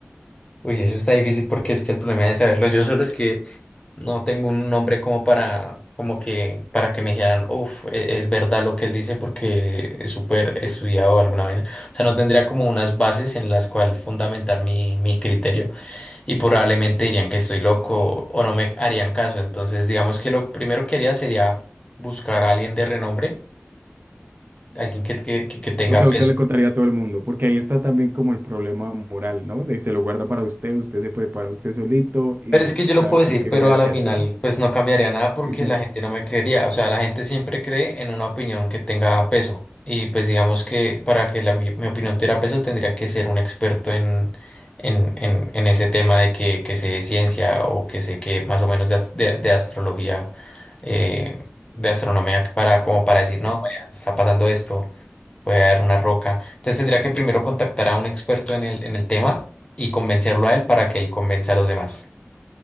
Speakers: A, on the left; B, on the right.
A: Uy, eso está difícil porque es que el problema de saberlo yo solo es que No tengo un nombre como para, como que, para que me dijeran, uff, es verdad lo que él dice porque es súper estudiado o alguna vaina. O sea, no tendría como unas bases en las cuales fundamentar mi, mi criterio y probablemente dirían que estoy loco o no me harían caso. Entonces, digamos que lo primero que haría sería buscar a alguien de renombre, alguien que, que, que que tenga
B: O sea,
A: peso
B: usted le contaría a todo el mundo, porque ahí está también como el problema moral, ¿no? De se lo guarda para usted, usted se prepara usted solito y
A: Pero es que yo lo
B: cada
A: puedo
B: quien
A: decir,
B: que
A: pero
B: verá
A: a la
B: qué
A: final
B: hace.
A: pues no cambiaría nada porque
B: <laughs>
A: la gente no me creería. O sea, la gente siempre cree en una opinión que tenga peso. Y pues digamos que para que la, mi, mi opinión tuviera peso tendría que ser un experto en, en, en, en ese tema de que, que sé de ciencia o que sé que más o menos de, as- de- de astrología, eh, de astronomía, para, como para decir, no, vaya, está pasando esto, puede haber una roca. Entonces tendría que primero contactar a un experto en el, en el tema y convencerlo a él para que él convenza a los demás.